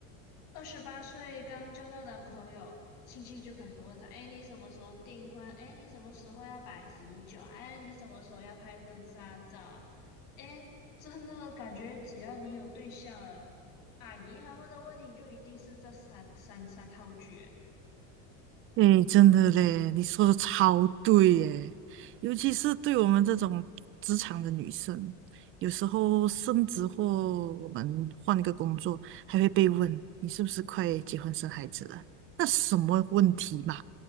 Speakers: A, on the left; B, on the right.
A: 二十八岁刚交到男朋友，亲戚就开始问他：“哎，你什么时候订婚？哎，你什么时候要摆喜酒？哎，你什么时候要拍婚纱照啊？”哎，真的感觉只要你有对象了，阿姨他们的问题就一定是这三三三套句。
B: 哎，真的嘞，你说的超对耶，尤其是对我们这种职场的女生，有时候升职或我们换一个工作，还会被问你是不是快结婚生孩子了？那什么问题嘛？